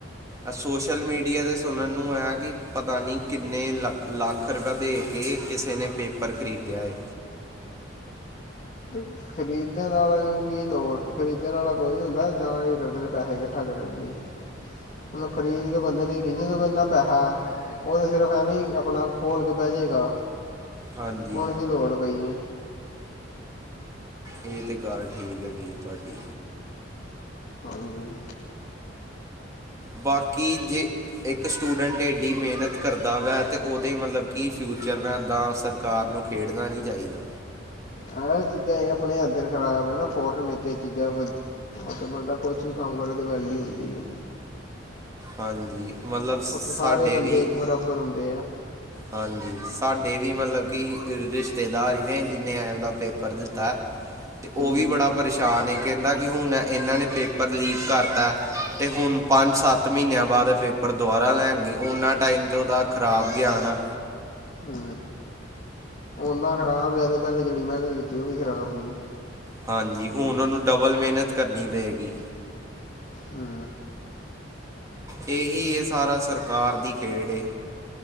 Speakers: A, on the right; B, on the left.
A: ਏ ਸੋਸ਼ਲ ਮੀਡੀਆ ਤੇ ਸੁਣਨ ਨੂੰ ਆਇਆ ਕਿ ਪਤਾ ਨਹੀਂ ਕਿੰਨੇ ਲੱਖ- ਲਾਖ ਲਾਖ ਰਪਯਾ ਦੇ ਕੇ ਕਿਸੇ ਨੇ ਪੇਪਰ ਖਰੀਦਿਆ ਹੈ।
B: ਹੂ ਖਰੀਦਣ ਵਾਲਿਆਂ ਨੂੰ ਕੀ ਲੋੜ? ਖਰੀਦਣ ਆਲਾ ਕੋਈ ਨਹੀਂ ਹੁੰਦਾ, ਜਾਣ ਕੇ ਕਰਦੇ ਨੇ ਪੈਸੇ ਇਕੱਠਾ ਕਰਨ ਲਈ। ਉਹਨੂੰ ਖਰੀਦ ਕੇ ਬੰਦੇ ਨੇ ਜਿਦੇ ਕੋਲ਼ ਇੰਨਾ ਪੈਸਾ ਹੈ। ਉਹ ਤੇ ਸਿਰਫ਼ ਐਵੇਂ ਹੀ ਆਪਣਾ ਖੋਲ ਕੇ ਬਹਿ ਜਾਏਗਾ,
A: ਹਾਂਜੀ
B: ਓਨ ਕੀ ਲੋੜ ਪਈ ਏ।
A: ਇਹ ਤਾਂ ਗੱਲ ਠੀਕ ਹੈਗੀ ਹੈ ਤੁਹਾਡੀ।
B: ਹਾਂਜੀ।
A: ਬਾਕੀ ਜੇ ਇੱਕ ਸਟੂਡੈਂਟ ਐਡੀ ਮਿਹਨਤ ਕਰਦਾ ਵੈ ਤੇ ਉਹਦੇ ਮਤਲਬ ਕਿ ਫਿਊਚਰ ਨਾਲ ਇੱਦਾਂ ਸਰਕਾਰ ਨੂੰ, ਖੇਡਣਾ ਨਈ ਚਾਹੀਦਾ।
B: ਇਹ ਚੀਜ਼ਾਂ ਆਪਣੇ ਏਦਰ ਖਰਾਬ ਏਨਾ, ਫੋਰਨ ਨ ਚੀਜ਼ਾਂ ਵ- ਓਥੇ ਬੰਦਾ ਕੁਝ ਵੀ ਕੰਮ ਕਰੇ ਤੇ ਵੇਲਯੂ ਹੁੰਦੀ ਏ।
A: ਹਾਂਜੀ ਮਤਲਬ ਸਾਡੇ
B: ਓਥੇ ਸਾਰੇ ਬੰਦੇ
A: ਵੀ
B: ਇੱਕ ਬਰਾਬਰ ਹੁੰਦੇ ਆ।
A: ਹਾਂਜੀ, ਸਾਡੇ ਵੀ ਮਤਲਬ ਕਿ ਰਿਸ਼ਤੇਦਾਰ ਈ ਨੇ ਜਿੰਨੇ ਆਲਾ ਪੇਪਰ ਦਿੱਤਾ। ਤੇ ਉਹ
B: ਹੂੰ
A: ਵੀ ਬੜਾ ਪਰੇਸ਼ਾਨ ਏ, ਕਹਿੰਦਾ ਕਿ ਹੁਣ ਇਹਨਾਂ ਨੇ ਪੇਪਰ ਲੀਕ ਕਰਤਾ। ਤੇ ਹੁਣ ਪੰਜ- ਸੱਤ ਮਹੀਨਿਆਂ ਬਾਅਦ ਏ ਪੇਪਰ ਦੁਬਾਰਾ ਲੈਣਗੇ ਉਹਨਾਂ ਟਾਈਮ ਤੇ ' ਉਹਦਾ ਖ਼ਰਾਬ ਗਿਆ ਨਾ।
B: ਹੂੰ ਓਹਨਾ ਖ਼ਰਾਬ ਗਿਆ ਤੇ ਪਹਿਲੇ ਜਿਹੜੀ ਮਿਹਨਤ ਕੀਤੀ ਉਹ ਵੀ ਖ਼ਰਾਬ ਗਈ।
A: ਹਾਂਜੀ, ਹੁਣ ਉਹਨੂੰ ਡਬਲ ਮਿਹਨਤ ਕਰਨੀ ਪਏਗੀ।
B: ਹੂੰ।
A: ਇਹੀ ਐ ਸਾਰਾ ਸਰਕਾਰ ਦੀ ਖੇਡ ਏ।